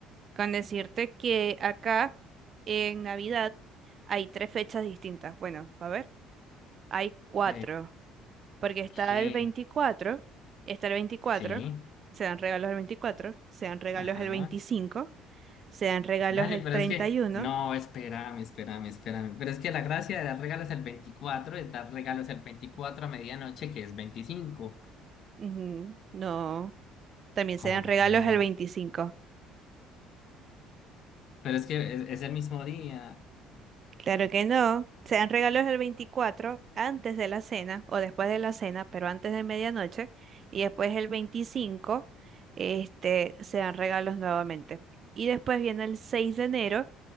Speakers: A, on the right; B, on the left.
A: Con decirte que acá en Navidad hay tres fechas distintas. Bueno, a ver, hay cuatro.
B: Ok,
A: Porque está
B: ¿qué?
A: el veinticuatro, está el veinticuatro,
B: Sí.
A: se dan regalos el 24, se dan regalos
B: Ajá.
A: el 25, se dan regalos
B: Dale,
A: el
B: pero
A: 31.
B: es que, no, espérame, espérame, espérame. Pero es que la gracia de dar regalos el 24 es dar regalos el 24 a medianoche, que es veinticinco
A: ujú, No, también
B: Como
A: se dan regalos
B: que no.
A: el veinticinco,
B: Pero es que es, es el mismo día
A: Claro que no, se dan regalos el 24 antes de la cena o después de la cena, pero antes de medianoche. Y después el 25, este, se dan regalos nuevamente. Y después viene el 6 de enero,